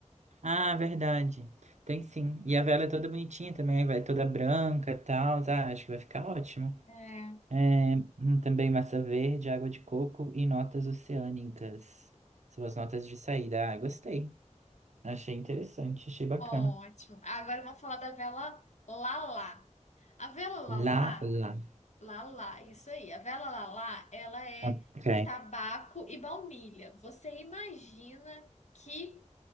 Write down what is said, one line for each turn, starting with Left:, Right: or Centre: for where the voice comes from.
Right: Ah, verdade. Tem sim. E a vela é toda bonitinha também. Vai toda branca e tal. Ah, acho que vai ficar ótimo.
Left: É,
Right: É, hum, também massa verde, água de coco e notas oceânicas. São as notas de saída. Ah, gostei. Achei interessante, achei bacana.
Left: ótimo. Agora vamos falar da vela Lala. A vela lalá,
Right: Lá, lá.
Left: lalá, isso aí. A vela lalá, ela é
Right: Ok.
Left: tabaco e baunilha. Você imagina que